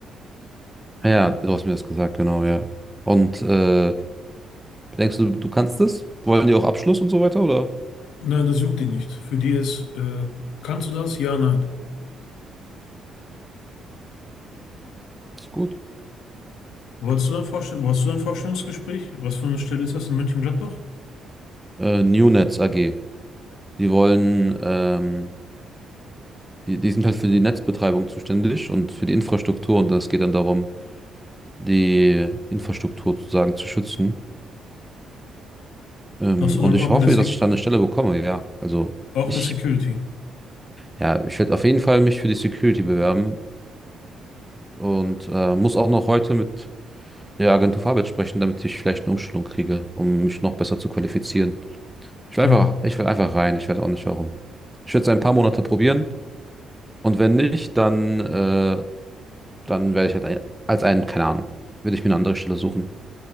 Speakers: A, in the centre; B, on the left (about 80°).
A: Ja, du hast mir das gesagt, genau, ja. Und äh, denkst du, du kannst das? Wollen die auch Abschluss und so weiter, oder?
B: Nein, das juckt die nicht. Für die ist, äh, kannst du das? Ja, nein.
A: Ist gut.
B: Wolltest du dann Vorstell Wolltest du dann Vorstellungsgespräch? Was für eine Stelle ist das in München-Gladbach?
A: Äh, Newnetz AG. Die wollen ähm, Die, die sind halt für die Netzbetreibung zuständig und für die Infrastruktur und es geht dann darum, die Infrastruktur sozusagen zu schützen. Ähm,
B: Ach so,
A: und
B: dann
A: ich
B: auch
A: hoffe,
B: in der, Se
A: dass ich da eine Stelle bekomme, ja. Also
B: auch
A: ich,
B: in der Security.
A: ja, ich werde auf jeden Fall mich für die Security bewerben und äh, muss auch noch heute mit der Agentur für Arbeit sprechen, damit ich vielleicht eine Umschulung kriege, um mich noch besser zu qualifizieren. Ich will
B: Ja.
A: einfach, ich will einfach rein, ich weiß auch nicht warum. Ich werde es ein paar Monate probieren und wenn nicht, dann, äh, dann werde ich halt ein, als ein, keine Ahnung, würde ich mir eine andere Stelle suchen.